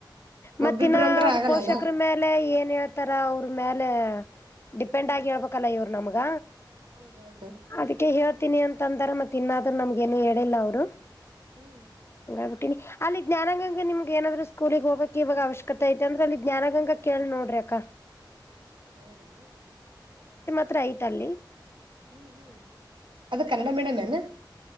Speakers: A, on the left; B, on the right.
A: ಮತ್ತಿನ
B: ಒಬ್ಬಿಬ್ರ ಅಂದ್ರ
A: ಅವ್ರ
B: ಆಗಲ್ಲಲ್ಲ
A: ಪೋಷಕರ ಮೇಲೆ ಏನ್ ಹೇಳ್ತಾರ ಅವರು ಇ್ರ ಮೇಲೆ ಡಿಪೆಂಡ್
B: ಹ್ಮ್
A: ಆಗಿ ಹೇಳ್ಬೇಕಲ್ಲ ಇವ್ರು ನಮ್ಗ
B: ಹೌದೌದು
A: ಅದಕ್ಕೆ ಹೇಳ್ತೀನಿ ಅಂತಂದ್ರ ಮತ್ತತ್ ಇನ್ನಾದ್ರರು ನಮ್ಗೇನು ಹೇಳಿಲ್ಲ ಅವರು
B: ಹ್ಮ್
A: ಹಂಗಬುಟ್ಟೀಿನಿ ಅಲ್ಲಿ ಜ್ಞಾನಗಂಗ ನಿಮಗೆ ಏನಾದ್ರು ಸ್ಕೂಲಗ್ ಹೋಗಕ್ ಇವಾಗ ಅವಶ್ಯಕತೆ ಐತೆ ಅಂದ್ರೆ ಅಲ್ಲಿ ಜ್ಞಾನಂಗ ಕೇಳಿ ನೋಡ್ರಿ ಅಕಾ
B: ಹೌದಾ
A: ಹತ್ರ ಐತ ಅಲ್ಲಿ
B: ಹ್ಮ್ ಹ್ಮ್ ಅದು ಕನ್ನಡ ಮೇಡಮ್ ಏನ